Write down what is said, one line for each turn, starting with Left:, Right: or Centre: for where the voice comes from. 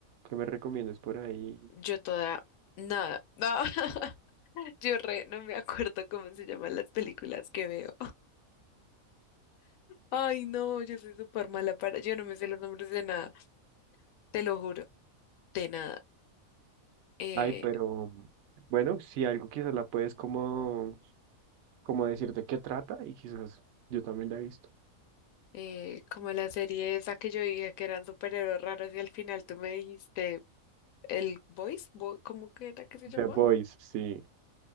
Right: qué me recomiendas por ahí.
Left: Yo toda, nada, no, <laughs> yo re, no me acuerdo cómo se llaman las películas que veo. Ay, no, yo soy súper mala para. Yo no me sé los nombres de nada, te lo juro, de nada. Eh,
Right: Ay, pero bueno, si algo quizás la puedes como, como decir de qué trata y quizás yo también la he visto.
Left: eh, como la serie esa que yo dije que eran superhéroes raros y al final tú me dijiste el Voice, Bo- ¿cómo que era que se llamaba?
Right: The Boys, sí.